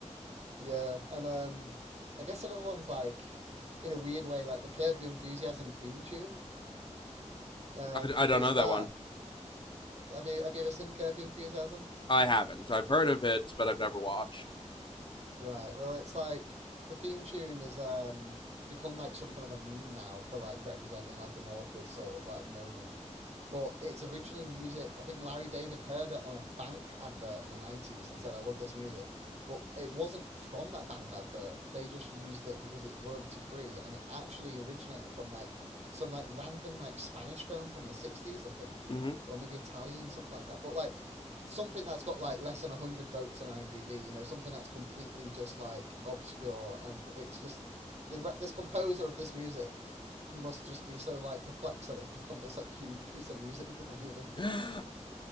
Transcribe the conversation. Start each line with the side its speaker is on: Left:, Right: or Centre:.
Right: Yeah, and um, I guess another one's like, in a weird way, like the Curb Your Enthusiasm theme tune, um,
Left: I,
Right: because
Left: I don't know that
Right: that
Left: one.
Right: have you have you ever seen Curb Your Enthusiasm?
Left: I haven't. I've heard of it, but I've never watched.
Right: Right. Well, it's like the theme tune has um, become like something of a meme now for like representing like an awkward sort of like moment. But it's originally music. I think Larry David heard it on a bank advert in the 90s and said, I love this music. But it wasn't from that bank advert. They just used it because it's royalty free. And it actually originated from like some like random like Spanish film from the 60s, I think,
Left: Mm-hmm.
Right: or maybe Italian, something like that. But like something that's got like less than 100 votes on IMDb, you know, something that's completely just like obscure and it's just the this composer of this music must just be so like perplexed that it's become this like huge piece of music for them, you know.
Left: <laughs>